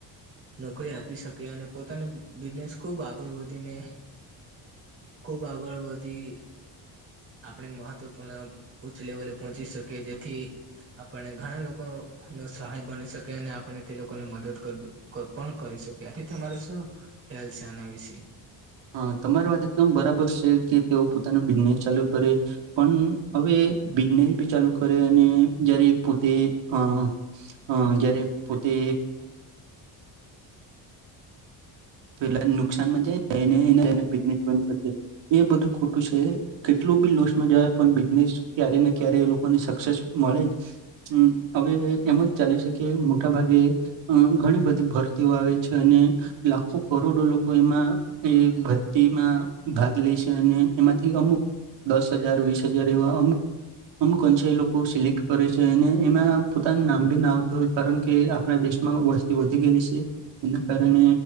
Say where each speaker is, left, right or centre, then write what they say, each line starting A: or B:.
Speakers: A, on the right; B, on the right.
A: નોકરી આપી શકે અને પોતાની બિઝનેસ ખુબ આગળ વધીને, ખુબ આગળ વધી, આપણે મહત્વપૂર્ણ ઉચ્ચ લેવલે પહોંચી શકીએ જેથી, આપણે ઘણા લોકોનો સહાય બની શકે અને આપણે તે લોકોને મદદ કરવી. કોઈપણ કરી શકે આથી તમારો શું ખ્યાલ છે, આના વિશે
B: હા તમારી વાત એકદમ બરાબર છે કે તેઓ પોતાનું બિઝનેસ ચાલુ કરે પન હવે બિઝનેસ બી ચાલુ કરે અને જ્યારે પોતે અ અ જયારે પોતે પેલા નુકસાન માં <inaudible> બિઝનેસ બંધ કરી દે એ બધું ખોટું છે કેટલું બી લોસમાં જવાય પણ બિઝનેસ ક્યારે ને ક્યારે એ લોકોને સક્સેસ મળે જ હમ અવે એમ જ ચાલે શેકે મોટા ભાગે અ ઘણી બધી ભરતીઓ આવે છે અને ખ કરોડો લોકો એમાં એ ભરતીમાં ભાગ લે છે અને એમાંથી અમુક દસ હજાર વીસ હજાર એવા અમ અમુક <unintelligible> છે લોકો સિલેક્ટ કરે છે અને એમાં પોતાનું નામ બી ના આવતું હોય કારણ કે આપણા દેશમાં વસ્તી વધી ગયેલી છે એના કારણે